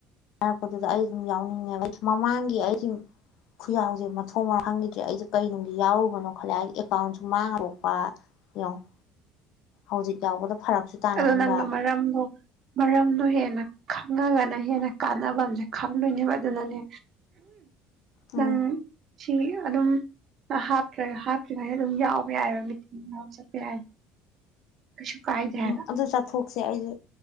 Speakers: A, on the left; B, on the right.
A: ꯍꯥꯏꯔꯛꯄꯗꯨꯗ ꯑꯩ ꯑꯗꯨꯝ ꯌꯥꯎꯅꯤꯡꯉꯦꯕ ꯑꯩ ꯃꯃꯥꯡꯒꯤ ꯑꯩꯒꯤ ꯈꯨꯌꯥꯎꯁꯦ ꯃꯊꯣꯡ ꯃꯔ ꯈꯪꯈꯤꯗ꯭ꯔꯦ ꯑꯩꯁꯦ ꯀꯩꯅꯨꯡꯒꯤ ꯌꯥꯎꯔꯨꯕꯅꯣ ꯈꯜꯂꯦ ꯑꯩꯗꯤ ꯑꯦꯀꯥꯎꯟꯁꯨ ꯃꯥꯡꯉꯕ ꯌꯦꯡꯉꯣ ꯍꯧꯖꯤꯛ ꯌꯥꯎꯕꯗ ꯐꯔꯛꯁꯨ ꯇꯥꯅꯍꯟꯕ
B: ꯑꯗꯣ ꯅꯪꯅ ꯃꯔꯝꯅꯣ ꯃꯔꯝꯅꯣ ꯍꯦꯟꯅ ꯈꯪꯉꯒꯅ ꯍꯦꯟꯅ ꯀꯥꯟꯅꯕ ꯑꯁꯦ ꯈꯪꯗꯣꯏꯅꯦꯕ ꯑꯗꯨꯅꯅꯦ
A: ꯎꯝ
B: ꯑꯪ ꯁꯤ ꯑꯗꯨꯝ ꯍꯥꯞꯇ꯭ꯔꯒ ꯍꯥꯞꯇ꯭ꯔꯤꯉꯩꯗ ꯑꯗꯨꯝ ꯌꯥꯎꯕ ꯌꯥꯏꯑꯕ ꯃꯤꯊꯤꯟ ꯆꯠꯄ ꯌꯥꯏ ꯀꯁ ꯀꯥꯏꯗꯦ ꯍꯥꯏꯅ
A: ꯎꯝ ꯑꯗꯨ ꯆꯠꯊꯣꯛꯁꯦ ꯑꯩꯁꯦ